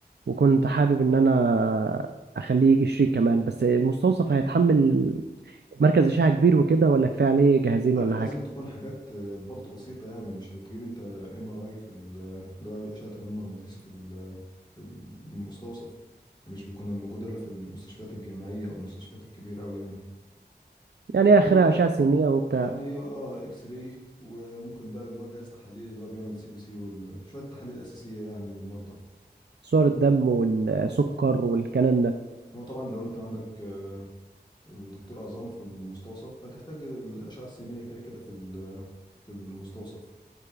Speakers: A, on the right (about 75°); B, on the left (about 25°).
A: وكنت حابب إن أنا أخليه يجي شريك كمان بس المستوصف هيتحمل مركز أشعة كبير وكده ولا كفاية عليه جهازين
B: لا
A: ولا
B: لازم
A: حاجة
B: تكون حاجات آه، برضه بسيطة يعني مش هتجيب انت ام ار اي في ال- اللي هو أشعة رنين مغناطيسي في ال- في المستوصف ده مش بيكون موجود الا في المستشفيات الجامعية او المستشفيات الكبيرة أوي يعني
A: يعني
B: طبعا
A: آخرها
B: انت
A: أشعة سينية وبتاع
B: يعني اه اكس راي وممكن بقى اللي هو جهاز تحاليل اللي هو بيعمل سي بي سي وشوية تحاليل أساسية يعني للمرضى
A: صور الدم والسكر
B: اه
A: والكلام ده
B: هو طبعا لو انت عندك آه، دكتور عظام في المستوصف فتحتاج الاشعه السينيه كده كده في ال- في المستوصف